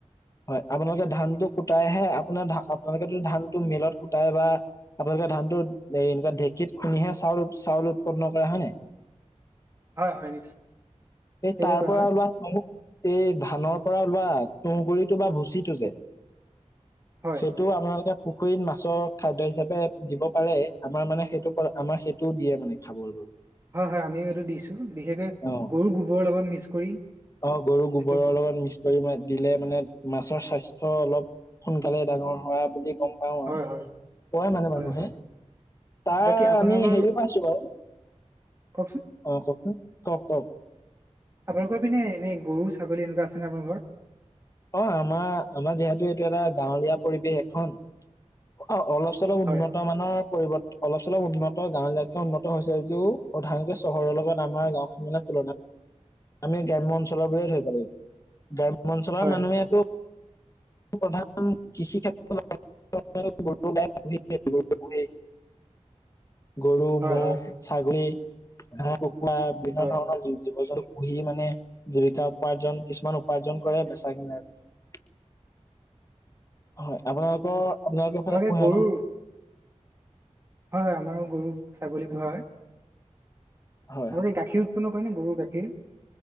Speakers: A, on the left; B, on the right.
A: হয়, আপোনালোকে ধানটো কুটাইহে, আপোনাৰ ধ আপোনালোকে ধানটো মেলত কুটাই বা আপোনাল এ ধানতো, এ এনেকুৱা ঢেঁকীত খুন্দিহে চাউল চাউল উৎপন্ন কৰে হয় ন।
B: হয় হয়, নিশ্চয়
A: এই
B: সেইটোৱে
A: তাৰ
B: কৰা
A: পৰা
B: হয়
A: চি এই ধানৰ পৰা ওলোৱা তুঁহগুৰিটো বা ভুচিটো যে,
B: হয়
A: সেইটো আপোনালোকে পুখুৰীত মাছৰ খাদ্য হিচাপে দিব পাৰে। আমাৰ মানে সেইটো, আমাৰ সেইটোও দিয়ে মানে খাবলৈ।
B: হয় হয়, আমিও এইটো দিছোঁ, বিশেষকৈ
A: অ
B: গৰু গোবৰৰ লগত মিক্স কৰি।
A: অ' গৰু গোবৰৰ
B: যিটো
A: লগত মিক্স কৰি দিলে মানে- মাছৰ স্বাস্থ্য অলপ সোনকালে ডাঙৰ হোৱা বুলি গ'ম পাওঁ,
B: হয় হয়
A: কয় মানে
B: হয়
A: মানুহে।
B: হয়
A: তাৰ
B: বাকী আপোনালোকৰ
A: আমি হেৰিও পাইছো বাৰু।
B: কওকচোন
A: অ' কওঁকচোন ক'ক ক'ক।
B: আপোনালোকৰ পিনে এনেই গৰু ছাগলী এনেকুৱা আছেনে? আপোনালোকৰ
A: অ' আমাৰ, আমাৰ যিহেতু এইটো এটা গাঁৱলীয়া পৰিৱেশ এখন। অ', অলপ চলপ
B: হয়
A: উন্নত মানৰ পৰিৱৰ্তন অলপ চলপ উন্নত গাঁও এলাকে উন্নত হৈছে যদিও সধাৰানকে চহৰৰ লগত আমাৰ গাওখন মে তুলনাাত আমি গ্ৰাম্য অঞ্চলৰ বো থৰি পাৰিম গ্ৰাম্য অঞ্চলৰ
B: হয়
A: মানুহেতটো প্ৰধান কৃষি ক্ষেত্ৰ <unintelligible> গৰু
B: হয়
A: মু'হ
B: হয়
A: ছাগলী হহ কুকুৰা বিভিন্ন
B: হয়
A: ধৰণৰ জীৱ জন্তু বহি মানে জীৱিকা উপাৰ্জন কিছুমান উপাৰ্জন কৰে বেচা কিনাক হয় আপোনালোকৰ আপোনালোকৰ
B: আপোনালোকে
A: সদ পোঢ়ে
B: গৰুৰ
A: ন
B: হয় হয় আমাৰো গৰু ছাগলীবোৰ হয়
A: হয়
B: আৰু
A: হয়
B: এই গাখীৰ উৎপন্ন কৰে নে গৰুৰ গাখীৰ